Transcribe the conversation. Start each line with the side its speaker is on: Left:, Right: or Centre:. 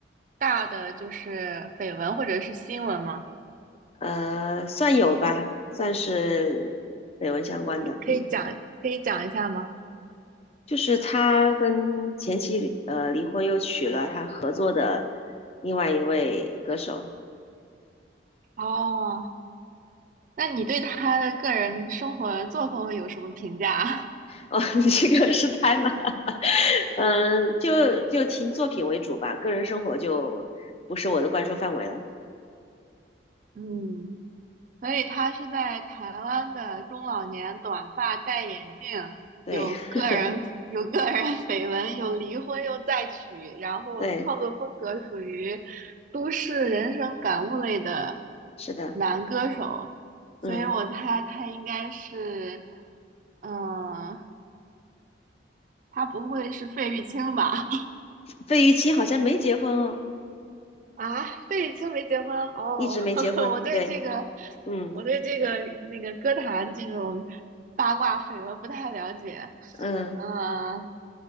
Right: 大的就是绯闻或者是新闻吗？
Left: 呃，算有吧，算是绯闻相关的。
Right: 可以讲，
Left: 嗯，
Right: 可以讲一下吗？
Left: 就是他跟前妻呃离婚，又娶了他和另外一位歌手。
Right: 哦，那你对他的个人生活作风有什么评价？
Left: 哦，<laughs> 你这个是猜吗？<laughs> 嗯，就就听作品为主吧，个人生活就不是我的关注范围了。
Right: <laughs> 嗯，所以他是在台湾的中老年，短发，戴眼镜，
Left: 对，
Right: 有个人有个人
Left: <laughs>
Right: <laughs> 绯闻，有离婚又再娶，然后创作风格属于
Left: 对，
Right: 都市人生感悟类的
Left: 是的，
Right: 男歌手，
Left: 嗯，
Right: 所以我猜他应该是，嗯、他不会是费玉清吧？
Left: 费玉清好像没结婚哦，
Right: 啊，费玉清没结婚哦，
Left: 一直没结婚。
Right: <laughs> 我对这个，
Left: 对，嗯
Right: 我对这个那个歌坛这种八卦绯闻不太了解。
Left: 嗯，
Right: 呃，